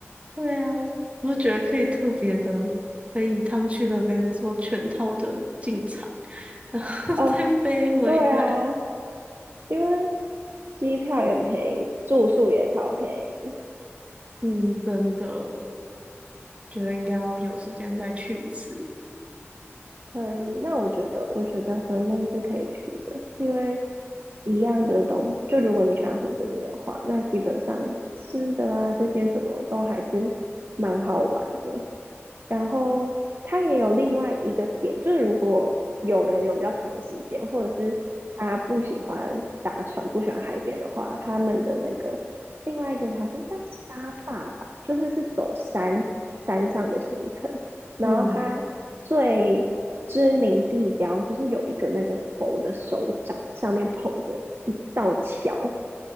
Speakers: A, on the right; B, on the right.
A: 对啊，我觉得可以特别的飞一趟去那边做全套的进场，然后
B: 哦，
A: <laughs> 再飞回来。
B: 对啊，因为机票也很便宜，住宿也超便宜。
A: 嗯，真的，觉得应该要有时间再去一次。
B: 可以，那我觉得，我觉得河内是可以去的，因为一样的东，就如果你喜欢胡志明的话，那基本上吃的啊这些什么都还是蛮好玩的。然后它也有另外一个点，就是如果有人有比较长的时间，或者是他不喜欢搭船、不喜欢海边的话，他们的那个另外一个好像叫沙坝吧，就是是走山山上的行程。然后它最知名地标就是有一个那个佛的手掌上面捧着一道桥，
A: 嗯，